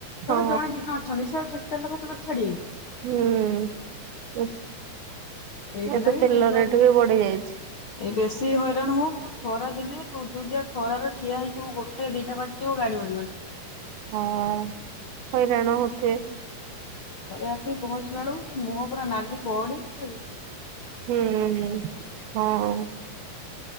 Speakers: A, on the right; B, on the left.
A: ହଁ
B: ଧର ଜଣେ ଦି ଜଣ ଲୋକ ଅଛନ୍ତି ସେ ଆଉ ତେଲ ଖର୍ଚ୍ଚ କରିକି ଛାଡିବେକି।
A: ହୁଁ
B: ସେଇଥିଲାଗି
A: ଏତ ତେଲ
B: ଲିଫ୍ଟ ମାଗି
A: ରେଟ୍ ବି ବଢି ଯାଇଛି।
B: ଏଇ ବେଶୀ ହଇରାଣ ହୋଉ ଯୋଉ ଖରା ଦିନେ ଯୋଉ ଉଡ଼ଉଦିଆ ଖରରେ ଠିଆ ହେଇଥିବ ଗୋଟେ ଦିଟା ବାଜି ଯିବ ଗାଡି ମିଳିବନି।
A: ହଅଁ ହଇରାଣ ହୋଉଥିବେ।
B: ଘରେ ଆସିକି ପହଞ୍ଚିଲା ବେଳକୁ ସେ ମୁହଁ ପୁରା ନାଲି ପଡି କି ପୁରା
A: ହୁଁ ହଁ।